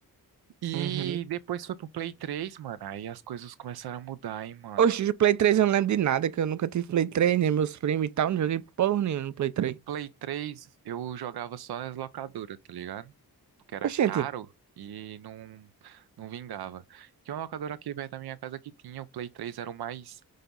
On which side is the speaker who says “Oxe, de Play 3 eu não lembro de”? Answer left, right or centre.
Right